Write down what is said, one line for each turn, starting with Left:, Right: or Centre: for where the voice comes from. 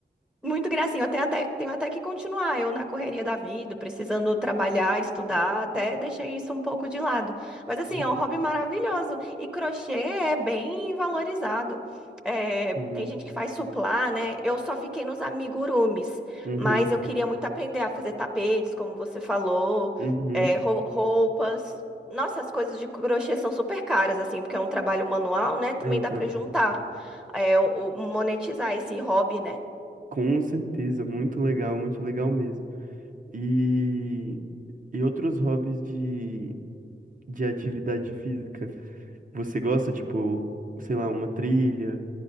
Centre: Muito gracinha. Eu tenho até, tenho até que continuar. Eu, na correria da vida, precisando trabalhar, estudar, até deixei isso um pouco de lado. Mas, assim,
Right: Uhum,
Centre: é um hobby maravilhoso. E crochê é bem valorizado. É,
Right: sim.
Centre: tem gente que faz suplá, né? Eu só fiquei nos amigurumis,
Right: Uhum,
Centre: mas eu queria muito aprender a fazer tapetes, como você falou,
Right: uhum.
Centre: é, rou- roupas. Nossa, as coisas de crochê são super caras, assim, porque é um trabalho manual, né? Também
Right: É um
Centre: dá
Right: trabalho.
Centre: para juntar, é, o- o- monetizar esse hobby, né?
Right: Com certeza, muito legal, muito legal mesmo. E, e outros hobbies de, de atividade física? Você gosta, tipo, sei lá, uma trilha,